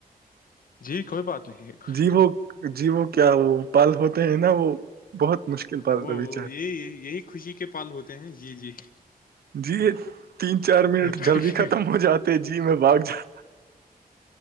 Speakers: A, on the left; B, on the right.
A: جی کوئی بات نہیں ہے
B: جی وہ جی وہ کیا وہ پال ہوتے ہیں نا وہ بہت مشکل پل
A: ا
B: ابھی چار
A: یہی یہی خوشی کے پل ہوتے ہیں جی جی
B: جی تین چار منٹ
A: خوشی،
B: جلدی ختم ہو جاتے جی میں باگ جات